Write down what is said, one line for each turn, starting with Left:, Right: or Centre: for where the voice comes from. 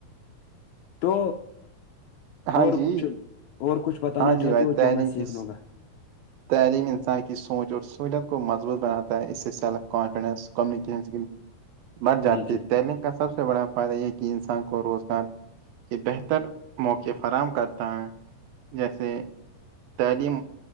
Left: تو
Right: ہاں
Left: اور
Right: جی
Left: کچھ اور کچھ بتانا
Right: ہاں
Left: چاہتے
Right: جی بھائی
Left: ہو
Right: تعلیم
Left: <inaudible>
Right: کی
Left: لوں گا
Right: تعلیم انسان کی سوچ اور سہولت کو مضبوط بناتا ہے اس سے سیلف کانفیڈنس کمیونیکیشن اسکل بر جاتی
Left: جی جی
Right: ہے تعلیم کا سب سے بڑا فائدہ یہ کہ انسان کو روزگار کے بہتر موقع فراہم کرتا ہے جیسے تعلیم